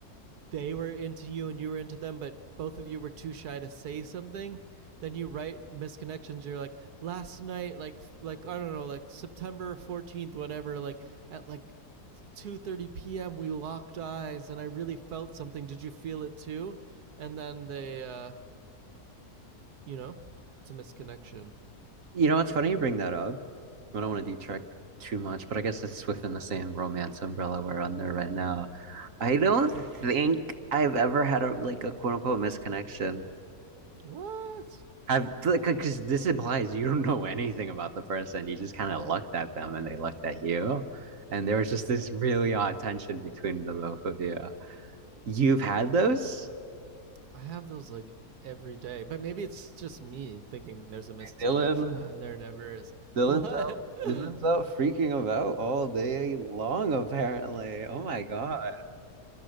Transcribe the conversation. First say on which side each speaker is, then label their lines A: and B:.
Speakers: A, on the right; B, on the right.
A: they were into you and you were into them, but both of you were too shy to say something, then you write misconnections. You're like, last night, like, like I don't know, like September fourteenth, whatever. Like at like two thirty p.m., we locked eyes, and I really felt something. Did you feel it too? And then they, uh, you know, it's a misconnection.
B: You know, it's funny you bring that up. I don't want to detract too much, but I guess it's within the same romance umbrella we're under right now. I don't think I've ever had a like a quote unquote misconnection.
A: What?
B: I've like because this implies you don't know anything about the person. You just kind of looked at them and they looked at you. And there was just this really odd tension between the both of you. You've had those?
A: I have those like every day, but maybe it's just me thinking there's a misconnection,
B: Dylan,
A: and there never is.
B: Dylan's
A: What?
B: out, Dylan's
A: <laughs>
B: out freaking about all day long, apparently. Oh my God.